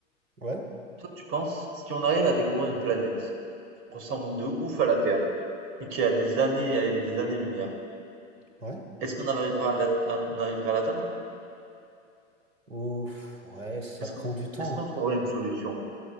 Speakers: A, on the right (about 80°); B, on the right (about 30°).
A: Ouais,
B: toi tu penses si on arrive à découvrir une planète qui ressemble de ouf à la Terre, mais qui a des années et des années-lumière,
A: ouais.
B: est-ce qu'on arrivera à la- à- on arriverait à l'atteindre?
A: Ouf, ouais, ça
B: Est-ce
A: prend
B: qu'on
A: du temps.
B: est-ce qu'on trouverait une solution?